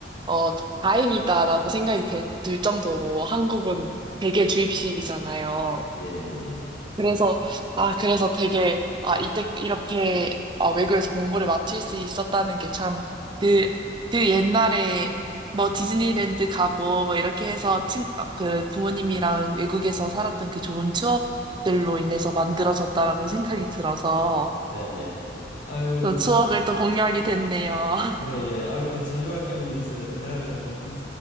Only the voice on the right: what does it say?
어, 다행이다라고 생각이 들, 들 정도로 한국은 대개 주입식이잖아요.
그래서, 아, 그래서 되게, 아, 이때 이렇게, 아, 외국에서 공부를 마칠 수 있었다는 게 참, 그, 그 옛날에, 뭐, 디즈니랜드 가고, 뭐, 이렇게 해서, 친, 아, 그, 부모님이랑 외국에서 살았던 그 좋은 추억들로 인해서 만들어졌다라고 생각이 들어서,
또 추억을 또 공유하게 됐네요. <laughs>